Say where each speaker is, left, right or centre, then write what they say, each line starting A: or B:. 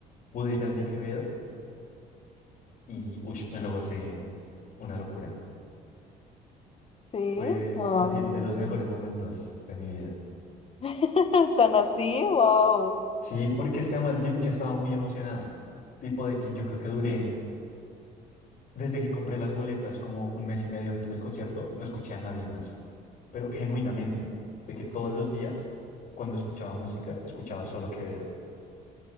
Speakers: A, on the left; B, on the left.
A: pude ir al de Quevedo y uy, me lo gocé una locura.
B: Sí.
A: Fue
B: Ay,
A: fácil
B: me
A: de
B: encanta.
A: los mejores momentos de mi vida.
B: <laughs> ¿Tan así? Wow.
A: Sí, porque es que además yo, yo estaba muy emocionado. Tipo de que yo creo que duré, desde que compré las boletas, como un mes y medio antes del concierto, no escuché a nadie más. Pero genuinamente, de que todos los días, cuando escuchaba música, escuchaba solo Quevedo.